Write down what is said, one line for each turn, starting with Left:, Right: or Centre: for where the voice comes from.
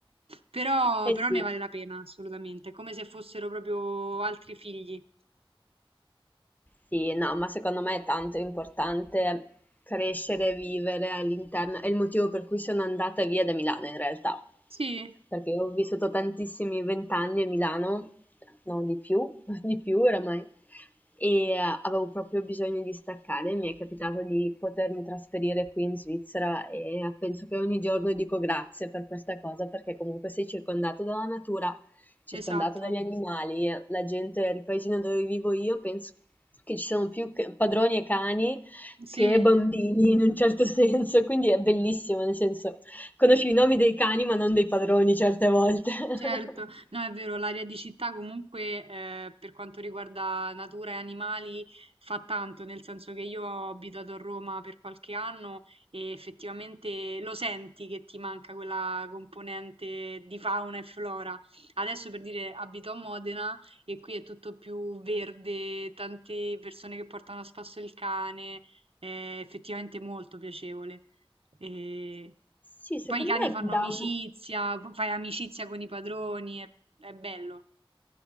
Right: Però,
Left: Eh
Right: però
Left: sì,
Right: ne vale la pena, assolutamente, come se fossero proprio altri figli.
Left: sì, no, ma secondo me è tanto importante crescere e vivere all'interno, è il motivo per cui sono andata via da Milano in realtà.
Right: Sì,
Left: perché ho vissuto tantissimi vent'anni a Milano, no, di più, <laughs> di più oramai, e eh, avevo proprio bisogno di staccare. Mi è capitato di potermi trasferire qui in Svizzera e eh, penso che ogni giorno dico grazie per questa cosa, perché comunque sei circondato dalla natura, circondato
Right: esatto.
Left: dagli animali, la gente, il paesino dove vivo io, penso che ci sono più che- padroni e cani
Right: Sì.
Left: che bambini in un certo <laughs> senso, quindi è bellissimo, nel senso Conosci i nomi dei cani, ma non dei padroni certe volte. <laughs>
Right: Certo, no è vero, l'aria di città comunque eh, per quanto riguarda natura e animali fa tanto, nel senso che io ho abitato a Roma per qualche anno e effettivamente lo senti che ti manca quella componente di fauna e flora. Adesso per dire abito a Modena e qui è tutto più verde, tante persone che portano a spasso il cane, è effettivamente molto piacevole. E
Left: Sì, secondo
Right: poi i cani
Left: me
Right: fanno
Left: da
Right: amicizia,
Left: un
Right: p- fai amicizia con i padroni, è, è bello.